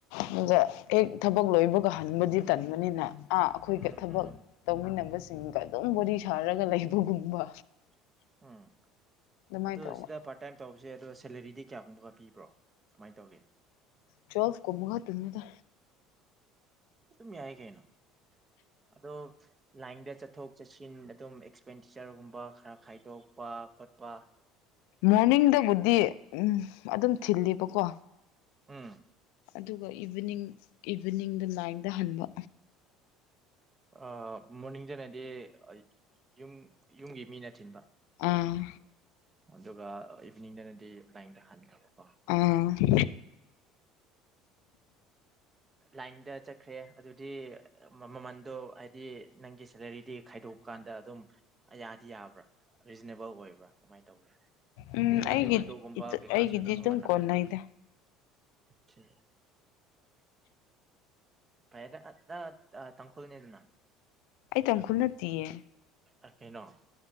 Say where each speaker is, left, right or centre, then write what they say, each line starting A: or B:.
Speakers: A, on the left; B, on the right.
A: ꯑꯗꯨꯗ ꯍꯦꯛ ꯊꯕꯛ ꯂꯣꯏꯕꯒ ꯍꯟꯕꯗꯤ ꯇꯟꯕꯅꯤꯅ ꯑꯩꯈꯣꯏꯒ
B: ꯎꯝ
A: ꯊꯕꯛ
B: ꯎꯝ
A: ꯇꯧꯃꯤꯟꯅꯕꯁꯦ ꯁꯤꯡꯒ ꯑꯗꯨꯝ ꯕꯣ ꯁꯥꯔꯒ ꯂꯩꯕꯒꯨꯝꯕ
B: ꯎꯝ
A: ꯑꯗꯨꯃꯥꯏꯅ
B: ꯑꯗ
A: ꯇꯧꯕ
B: ꯁꯤꯗ ꯄꯥꯔꯠ ꯇꯥꯏꯝ ꯇꯧꯕꯁꯦ ꯑꯗꯣ ꯁꯦꯂꯔꯤꯗꯤ ꯀꯌꯥꯒꯨꯝꯕꯒ ꯄꯤꯕ꯭ꯔꯣ ꯀꯃꯥꯏꯅ ꯇꯧꯒꯦ
A: ꯆꯐ ꯀꯃꯒ ꯇꯃꯤꯗ
B: ꯑꯗꯨꯝ ꯌꯥꯏ ꯀꯩꯅꯣ ꯑꯗꯣ <inaudible> ꯂꯥꯏꯟꯗ ꯆꯠꯊꯣꯛ ꯆꯠꯁꯤꯟ ꯑꯗꯨꯝ ꯑꯦꯛꯁꯄꯦꯟꯗꯤꯆꯔꯒꯨꯝꯕ ꯈꯔ ꯈꯥꯏꯗꯣꯛꯄ ꯐꯣꯠꯄ
A: ꯃꯣꯔꯅꯤꯡꯗ ꯕꯨꯗꯤꯌꯦ ꯎꯝ ꯑꯗꯨꯝ ꯊꯤꯜꯂꯕꯀꯣ
B: ꯎꯝ
A: ꯑꯗꯨꯒ ꯏꯚꯤꯅꯤꯡ ꯏꯚꯤꯅꯤꯡꯗ ꯅꯥꯏꯟꯗ ꯍꯟꯕ
B: ꯑ ꯃꯣꯔꯅꯤꯡꯗꯅ ꯍꯥꯏꯗꯤ ꯑꯩ ꯌ ꯌꯨꯝꯒꯤ ꯃꯤꯅ ꯊꯤꯟꯕ
A: ꯑꯥ
B: ꯑꯗꯨꯒ ꯏꯚꯅꯤꯡꯗꯅꯗꯤ ꯂꯥ ꯏꯟꯗ ꯍꯥꯟꯈ꯭ꯔꯕꯣ
A: ꯑꯪ <inaudible>
B: ꯂꯥꯏꯟꯗ ꯆꯠꯈ꯭ꯔꯦ ꯑꯗꯨꯗꯤ ꯃꯃꯟꯗꯣ ꯍꯥꯏꯗꯤ ꯅꯪꯒꯤ ꯁꯦꯂꯔꯤꯗꯤ ꯈꯥꯏꯗꯣꯛꯑꯀꯥꯟꯗ ꯑꯗꯨꯝ ꯑ ꯌꯥꯗꯤ ꯌꯥꯕ꯭ꯔꯥ ꯔꯤꯖꯅꯦꯕꯜ ꯑꯣꯏꯕ꯭ꯔꯥ ꯀꯃꯥꯏꯅ ꯇꯧꯋꯤ
A: ꯎꯝ
B: ꯍꯧꯖꯤꯛꯀꯥꯟꯗꯤ
A: ꯑꯩꯒꯤ
B: ꯑꯣꯇꯣꯒꯨꯝꯕ ꯀꯩꯀꯥꯁꯨ
A: ꯑꯩꯒꯤꯗꯤ
B: ꯑꯗꯨꯝ ꯃꯃꯜ ꯇꯥꯡꯈꯠꯂꯛꯑꯦ
A: ꯀꯣꯟꯅꯩꯗ
B: ꯑꯣ ꯀꯦ ꯐꯩꯗ ꯅꯪ ꯑ ꯇꯪꯈꯨꯜꯅꯦꯗꯅ
A: ꯑꯩ ꯇꯥꯡꯈꯨꯜ ꯅꯠꯇꯤꯌꯦ
B: ꯑ ꯀꯩꯅꯣ